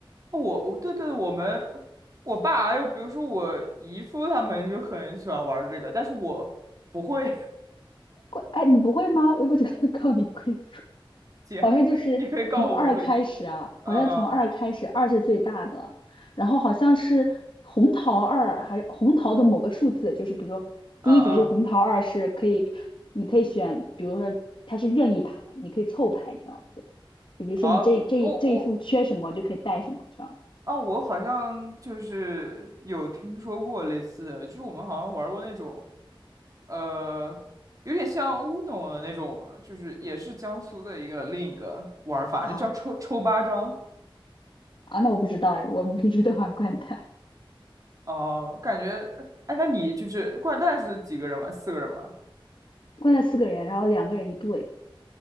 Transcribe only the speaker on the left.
掼，哎，你不会吗？我也不觉得 <laughs> 靠你规则。
好像就是从二开始啊，
好像从二开始，二是最大的，然后好像是红桃二，还红桃的某个数字，就是比如说第一局是红桃二是可以，
你可以选，比如说它是任意牌，你可以凑牌这样子，就比如说你这这这一副缺什么就可以带什么这样
啊，
啊，那我不知道哎，我们平时都玩掼蛋，
掼蛋四个人，然后两个人一对，